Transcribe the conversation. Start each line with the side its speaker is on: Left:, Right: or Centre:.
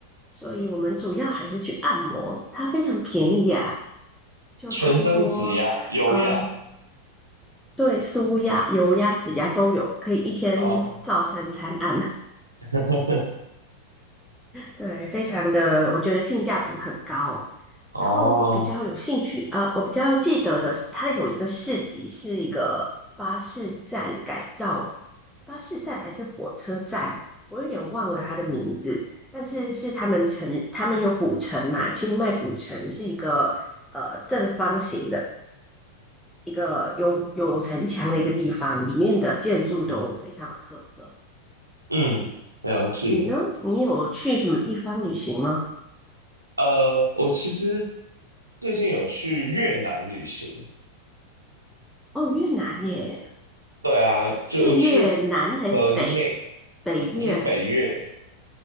Centre: 所以我们主要还是去按摩，它非常便宜啊，就差不多，
Right: 全身指压，优雅
Centre: 嗯、对，舒压、油压、指压都有，可以一天照三餐按。
Right: 哦，<laughs>
Centre: 对，非常的，我觉得性价比很高。
Right: 哦，
Centre: 然后我比较有兴趣，呃，我比较记得的，它有一个市集，是一个巴士站改造，巴士站还是火车站，我有点忘了它的名字。但是是他们城，他们有古城嘛，清迈古城是一个呃正方形的一个有有城墙的一个地方，里面的建筑都非常有特色。
Right: 嗯，
Centre: 嗯，
Right: 了解。
Centre: 你呢？你有去什么地方旅行吗？
Right: 呃，我其实最近有去越南旅行。
Centre: 哦，越南耶，
Right: 对啊，就我去
Centre: 是越南还是北
Right: 河内，
Centre: 北越还？
Right: 我去北越，